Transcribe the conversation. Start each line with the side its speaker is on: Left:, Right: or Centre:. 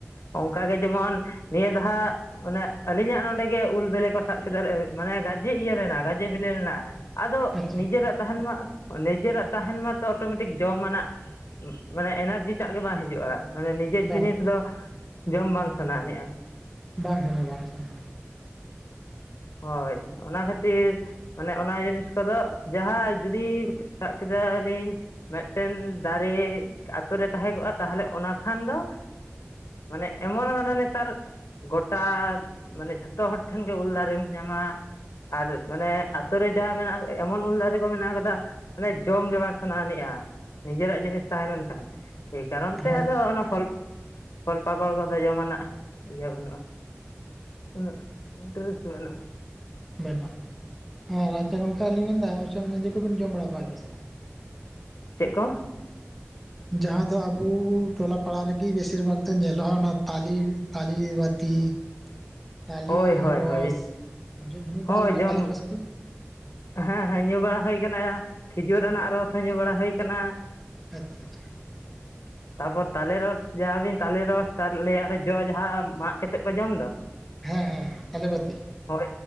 Left: ᱚᱱᱠᱟ ᱜᱮ ᱡᱮᱢᱚᱱ ᱱᱤᱭᱟᱹ ᱫᱷᱟ᱾ ᱚᱱᱮ ᱟᱹᱞᱤᱧᱟᱜ ᱱᱚᱰᱮ ᱜᱮ ᱩᱞ ᱵᱤᱞᱤ ᱠᱚ ᱥᱟᱵ ᱠᱮᱫᱟ ᱢᱟᱱᱮ ᱜᱟᱡᱮ ᱤᱭᱟᱹ ᱞᱮᱱᱟ ᱜᱟᱡᱮ ᱵᱤᱞᱤᱱᱟ᱾ ᱟᱫᱚ
Centre: ᱟᱪᱪᱷᱟ
Left: ᱱᱤᱡᱮᱨᱟᱜ ᱛᱟᱦᱮᱱ ᱢᱟ᱾ ᱱᱤᱡᱮᱨᱟᱜ ᱛᱟᱦᱮᱱ ᱢᱟᱛᱚ ᱚᱴᱳᱢᱮᱴᱤᱠ ᱡᱚᱢ ᱟᱱᱟᱜ ᱢᱟᱱᱮ ᱮᱱᱟᱨᱡᱤ ᱴᱟᱜ ᱜᱮ ᱵᱟᱝ ᱦᱤᱡᱩᱜ-ᱟ᱾ ᱢᱟᱱᱮ ᱱᱤᱡᱮᱨ
Centre: ᱵᱟᱝ
Left: ᱡᱤᱱᱤᱥ ᱫᱚ ᱡᱚᱢ ᱵᱟᱝ ᱥᱟᱱᱟᱱᱤᱡ-ᱟ?
Centre: ᱵᱟᱝ ᱥᱟᱱᱟ ᱵᱟᱝ ᱥᱟᱱᱟ᱾
Left: ᱦᱳᱭ ᱚᱱᱟ ᱠᱷᱟᱹᱛᱤᱨ ᱢᱟᱱᱮ ᱚᱱᱟ ᱡᱤᱱᱤᱥ ᱠᱚᱫᱚ᱾ ᱡᱟᱦᱟᱸ ᱡᱩᱫᱤ ᱥᱟᱵ ᱠᱮᱫᱟ ᱞᱤᱧ᱾ ᱢᱤᱫᱴᱮᱱ ᱫᱟᱨᱮ ᱟᱛᱳ ᱨᱮ ᱛᱟᱦᱮᱸ ᱠᱚᱜ-ᱟ ᱛᱟᱦᱚᱞᱮ ᱚᱱᱟ ᱠᱷᱟᱱ ᱫᱚ᱾ ᱢᱟᱱᱮ ᱮᱢᱚᱱ ᱠᱟᱱᱟ ᱱᱮᱛᱟᱨ᱾ ᱜᱚᱴᱟ ᱢᱟᱱᱮ ᱡᱷᱚᱛᱚ ᱦᱚᱲ ᱴᱷᱮᱱ ᱜᱮ ᱩᱞ ᱫᱟᱨᱮᱢ ᱧᱟᱢᱟ᱾ ᱟᱨ ᱢᱟᱱᱮ ᱟᱛᱳ ᱨᱮ ᱡᱟ ᱢᱮᱱᱟᱜ-ᱟ᱾ ᱮᱢᱚᱱ ᱩᱞ ᱫᱟᱨᱮ ᱠᱚ ᱢᱮᱱᱟᱜ ᱟᱠᱟᱫᱟ ᱢᱟᱱᱮ ᱡᱚᱢ ᱜᱮ ᱵᱟᱝ ᱥᱟᱱᱟ ᱟᱹᱱᱤᱡ-ᱟ᱾ ᱱᱤᱡᱮᱨᱟᱜ ᱡᱤᱱᱤᱥ ᱛᱟᱦᱮᱸ ᱞᱮᱱᱠᱷᱟᱱ᱾ ᱮᱭ ᱠᱟᱨᱚᱱ ᱛᱮ
Centre: ᱦᱳᱭ
Left: ᱟᱫᱚ ᱚᱱᱟ ᱯᱷᱚᱞ ᱯᱷᱚᱞ ᱯᱟᱠᱚᱲ ᱠᱚᱫᱚ ᱡᱚᱢᱟᱱᱟᱜ ᱤᱭᱟᱹ ᱵᱟᱹᱱᱩᱜ-ᱟ᱾ ᱩᱱᱟᱹᱜ ᱤᱱᱴᱟᱨᱮᱥᱴ ᱢᱮᱱᱟᱜ-ᱟ᱾
Centre: ᱵᱟᱹᱱᱩᱜ-ᱟ ᱟᱨ ᱟᱪᱪᱷᱟ ᱜᱚᱝᱠᱮ ᱟᱹᱞᱤᱤᱧ ᱢᱮᱱ ᱮᱫᱟ ᱟᱪᱪᱷᱟ ᱚᱱᱟ ᱡᱮᱠᱚᱵᱮᱱ ᱡᱚᱢ ᱵᱟᱲᱟ ᱟᱠᱟᱫ ᱜᱮᱭᱟ ᱥᱮ ᱵᱟᱝ?
Left: ᱪᱮᱫ ᱠᱚ?
Centre: ᱡᱟᱦᱟᱸ ᱫᱚ ᱟᱵᱩ ᱴᱚᱞᱟ ᱯᱟᱲᱟ ᱨᱮᱜᱤ ᱵᱮᱥᱤᱨ ᱵᱷᱟᱜᱽ ᱫᱚ ᱧᱮᱞᱚᱜ-ᱟ ᱚᱱᱟ ᱛᱟᱞᱤ ᱛᱟᱞᱤ ᱵᱟᱹᱛᱤ᱾ ᱛᱟᱞᱮ
Left: ᱦᱳᱭ ᱦᱳᱭ
Centre: ᱨᱚᱥ
Left: ᱦᱳᱭ
Centre: ᱧᱩ ᱵᱟᱲᱟ
Left: ᱦᱳᱭ
Centre: ᱦᱩᱭ ᱠᱟᱱᱟ
Left: ᱡᱚᱢ
Centre: ᱛᱟᱞᱮ ᱨᱚᱥ ᱠᱚ?
Left: ᱦᱮᱸ ᱦᱮᱸ ᱧᱩ ᱵᱟᱲᱟ ᱦᱩᱭ ᱠᱟᱱᱟ ᱠᱷᱤᱡᱩᱨ ᱨᱮᱱᱟᱜ ᱨᱚᱥ ᱦᱚᱸ ᱧᱩ ᱵᱟᱲᱟ ᱦᱩᱭ ᱠᱟᱱᱟ᱾
Centre: ᱟᱪᱪᱷᱟ ᱟᱪᱪᱷᱟ᱾
Left: ᱛᱟᱯᱚᱨ ᱛᱟᱞᱮ ᱨᱚᱥ ᱡᱟᱦᱟ ᱵᱤᱱ ᱛᱟᱞᱮ ᱨᱚᱥ ᱛᱟᱦᱞᱮ ᱟᱨ ᱡᱚ ᱡᱟᱦᱟ ᱢᱟᱜ ᱠᱟᱛᱮᱜ ᱠᱚ ᱡᱚᱢ ᱫᱚ?
Centre: ᱦᱮᱸ ᱦᱮᱸ ᱦᱮᱸ ᱛᱟᱞᱮ ᱵᱟᱹᱛᱤ᱾
Left: ᱦᱳᱭ